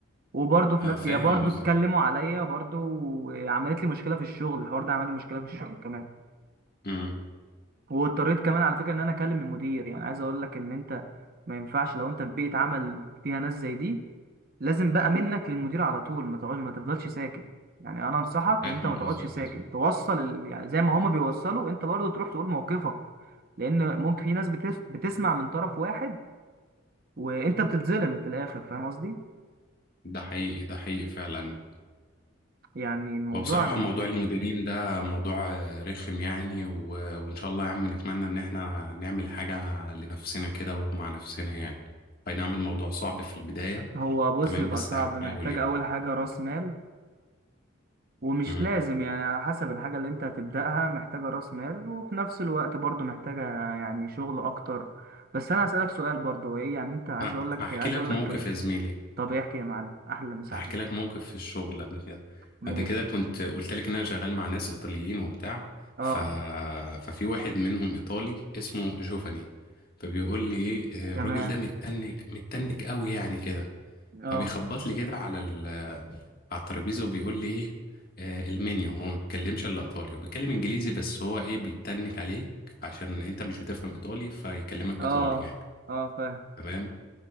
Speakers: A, on the right; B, on the left.
A: وبرضه في
B: اه
A: نفس
B: فاهم
A: يا برضه
B: قصدك
A: اتكلموا عليا برضه عملت لي مشكله في الشغل الحوار ده عمل لي مشكله في الشغل كمان
B: مم.
A: واضطريت كمان على فكره ان انا اكلم المدير يعني عايز اقول لك ان انت ما ينفعش لو انت في بيئه عمل فيها ناس زي دي لازم بقى منك للمدير على طول ما تقعد ما تفضلش ساكت يعني انا انصحك
B: فاهم
A: ان انت ما تقعدش
B: قصدك
A: ساكت
B: يا زميلي
A: توصل ال... يعني زي ما هما بيوصلوا انت برضه تروح تقول موقفك لان ممكن في ناس بتس... بتسمع من طرف واحد وانت بتتظلم في الاخر فاهم قصدي
B: ده حقيقي ده حقيقي فعلا
A: يعني الموضوع
B: هو بصراحة موضوع المديرين ده موضوع آه، رخم يعني و... وإن شاء الله يا عم نتمنى إن إحنا نعمل حاجة لنفسنا كده ومع نفسنا يعني أي نعم الموضوع صعب في البداية
A: هو بص
B: تمام
A: يبقى
B: بس
A: صعب
B: هنحاول
A: محتاج
B: يعني
A: أول حاجة رأس مال ومش
B: مم.
A: لازم يعني على حسب الحاجة اللي أنت هتبدأها محتاجة رأس مال وفي نفس الوقت برضو محتاجة يعني شغل أكتر بس أنا هسألك سؤال برضو هو إيه يعني أنت عايز
B: ه-
A: أقول لك
B: هحكي
A: عايز
B: لك
A: أقول لك
B: موقف يا زميلي
A: طب احكي يا معلم أحلى مسا
B: هحكي
A: عليك
B: لك موقف في الشغل قبل كده
A: ماشي
B: قبل كده كنت قلت لك ان انا شغال مع ناس ايطاليين وبتاع
A: أه
B: ف... ففي واحد منهم ايطالي اسمه جوفاني فبيقول لي ايه آه،
A: تمام
B: الراجل ده متنك متنك قوي يعني كده
A: أه
B: فبيخبط لي كده على ال... على الترابيزه وبيقول لي ايه آه، المنيو هو ما بيتكلمش الا ايطالي وبيتكلم انجليزي بس هو ايه بيتنك عليك عشان انت مش بتفهم ايطالي فيكلمك
A: أه
B: ايطالي يعني
A: أه فاهم
B: تمام